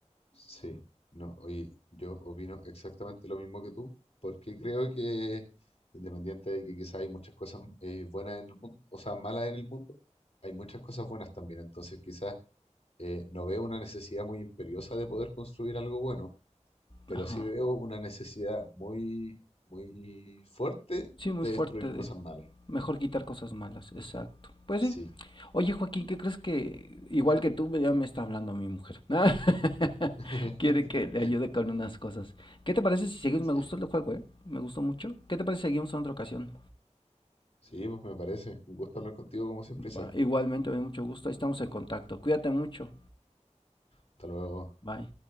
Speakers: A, on the left; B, on the left.
A: Sí, no, oye, yo opino exactamente lo mismo que tú, porque creo que independiente de que quizás hay muchas cosas eh, buenas en el mundo, o sea, malas en el mundo, hay muchas cosas buenas también. Entonces quizás eh, no veo una necesidad muy imperiosa de poder construir algo bueno, pero
B: Ajá.
A: sí veo una necesidad muy, muy fuerte
B: Sí, muy
A: de
B: fuerte
A: destruir cosas
B: de...
A: malas.
B: Mejor quitar cosas malas, exacto. Pues
A: Sí,
B: sí. Oye, Joaquín, ¿qué crees que igual que tú ya me está hablando mi mujer? <laughs>
A: <laughs>
B: Quiere que le ayude con unas cosas. ¿Qué te parece si seguimos?
A: sí.
B: Me gustó el juego, ¿eh? Me gustó mucho. ¿Qué te parece si seguimos en otra ocasión?
A: Sí, pues me parece. Un gusto hablar contigo como siempre, Isaac.
B: Va, Igualmente, me da mucho gusto. Ahí estamos en contacto. Cuídate mucho.
A: Hasta luego.
B: Bye.